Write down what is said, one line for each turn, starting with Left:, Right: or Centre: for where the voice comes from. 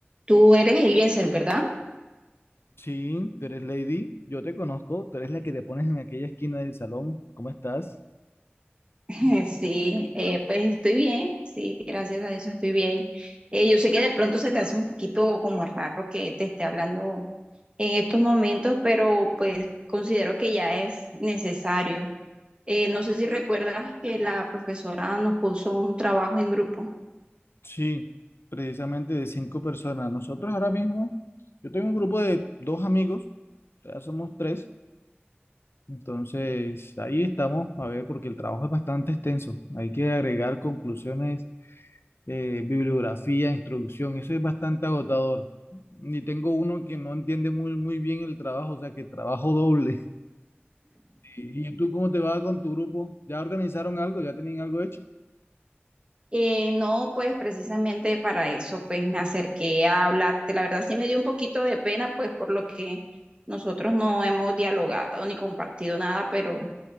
Right: Tú eres Eliezer, ¿verdad?
Left: Sí, tú eres Lady, yo te conozco, tú eres la que te pones en aquella esquina del salón. ¿Cómo estás?
Right: <laughs> Sí, eh, pues estoy bien, sí, gracias a eso estoy bien. Eh, yo sé que de pronto se te hace un poquito como raro que te esté hablando en estos momentos, pero pues considero que ya es necesario. Eh, no sé si recuerdas que la profesora nos puso un trabajo en grupo.
Left: Sí, precisamente de cinco personas. Nosotros ahora mismo, yo tengo un grupo de dos amigos, ya somos tres, entonces ahí estamos, a ver, porque el trabajo es bastante extenso. Hay que agregar conclusiones, eh, bibliografía, introducción, eso es bastante agotador. Y tengo uno que no entiende muy, muy bien el trabajo, o sea que trabajo doble. ¿Y y tú cómo te va con tu grupo? ¿Ya organizaron algo? ¿Ya tienen algo hecho? <laughs>
Right: Eh, no, pues precisamente para eso, pues me acerqué a hablarte. La verdad sí me dio un poquito de pena, pues por lo que nosotros no hemos dialogado ni compartido nada, pero